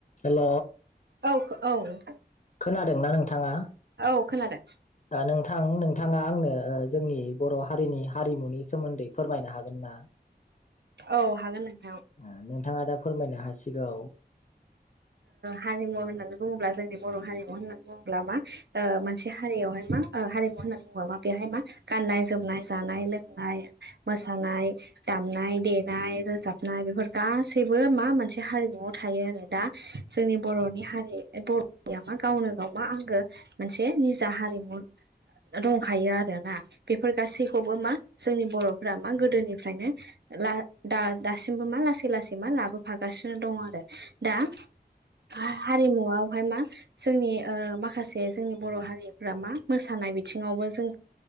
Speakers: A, on the left; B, on the right.
A: हेल'
B: औ औ
A: खोनादोंना नोंथांङा
B: औ खोनादों
A: नोंथां नोंथांङा आंनो जोंनि बर हारिनि हारिमुनि सोमोन्दै फोरमायनो हागोन ना
B: औ हागोन नों
A: उम नोंथाङा दा फोरमायनो हासिगौ।
B: हारिमु होननानै बुंङोब्ला जोंनि बर हारिमु होननानै बुङोब्ला मा मोनसे हारियावहाय मा हारिमु होनना बुङोब मा बेहाय मा गाननाय जोमनाय जानाय लोंनाय मोसानाय दामनाय देनाय रोजाबनाय बेफोर गासैबो मा मोनसे हारिमुवआव थायो आरो दा जोंनि बर'नि हारि बर'या मा गावनो गाव मा आंगो मोनसे निजा हारिमु। <inaudible> दंखायो आरोना बेफोर गासैखौबो मा जोंनि बर'फोरा मा गोदोनिफ्रायनो ला दा-दासिमबो मा लासै लासै मा लाबोफागासिनो दङ आरो दा
A: <inaudible>
B: हा-हारिमुआवहाय मा जोंनि माखासे जोंनि बर' हारिफ्रा मा मोसानाय बिदि बिथिङावबो जों